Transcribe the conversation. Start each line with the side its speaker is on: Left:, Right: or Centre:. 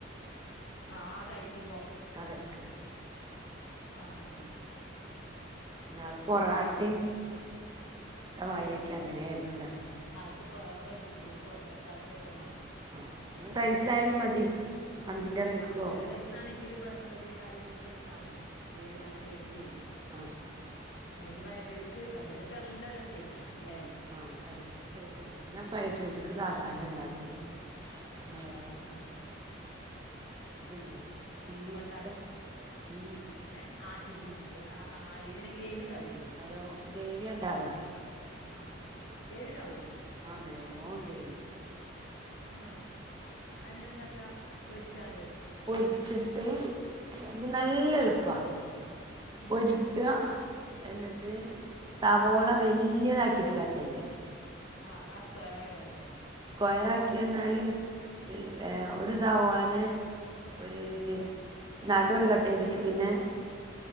Left: ആഹ് ആഹ് കയ്ക്കുമ്പം
Right: ആഹ് കയ്ക്കുമ്പം
Left: ആഹ് ആഹ്
Right: ന്നാള് പൊറാട്ടീം ശവായൊക്കെ അങ്ങനായിര്ന്നു ണ്ടാക്ക്യേ
Left: ന്ന്ട്ട് പൊറാട്ടേ, ഖുബൂസോ ചപ്പാത്തി ഒക്കെ വേണം
Right: ആഹ് റൈസായാലും മതി മന്തിന്റെ റൈസോ
Left: ആഹ് അത് റൈസാണെങ്കില് ബസ്മതി അറിന്റെ റൈസാവണേയ് ആ ടേസ്റ്റ്
Right: ആഹ്
Left: ഒന്ന്ങ്കി ഫ്രൈഡ് റൈസ് ഫ്രൈഡ്റൈസ്ക്ക് നല്ല രസൈക്കാരം ല്ലെ
Right: ആഹ് ഫ്രൈഡ് റൈസ്ക്ക്‌ രസയ്ക്കും പിന്നെ ഞാം ഫ്രൈഡ് റൈസ്ക്ക്‌ സാധാരണ
Left: ഉം
Right: ണ്ടാക്കല് ഞമ്മളെ
Left: ആഹ്
Right: ത് ല്ലെ ചില്ലി
Left: കൊണ്ടാട്ടോ
Right: ചിക്കൻ ഉം
Left: ഏഹ് ആഹ് ചില്ലി ചിക്കൻ ആഹ് ആഹ് അയ്ൽ പിന്നെ ഗ്രേവി ണ്ടാവൂലല്ലോ
Right: നല്ലോം ഗ്രേവ്യാണ്ടാവാ
Left: ആഹ് ഗ്രേവിണ്ടാവോ
Right: ആഹ് നല്ലോം ഗ്രേവി
Left: ഏഹ് അതെങ്ങനെ ണ്ടാക്കാ പൊരിച്ചാണ്ട്
Right: പൊര്ച്ച് ട്ട് ഇത്
Left: ആഹ്
Right: നല്ല എൾപ്പാ
Left: ഉം
Right: പൊരിക്കാ എന്ന്ട്ട് സവോള വെല്ല്യേതാക്കീട്ട് കട്ടെയ്യാ
Left: ആഹ് ആഹ് സ്ക്വയറാക്ക്യാട്ടോ
Right: സ്‌ക്വയറാക്ക്യറ്ഞ്ഞാല് ഏഹ് ഒരു സാവോളനെ ഒര്
Left: ഉം
Right: നടു അട് കട്ട് ചെയ്തിട്ട് പിന്നെ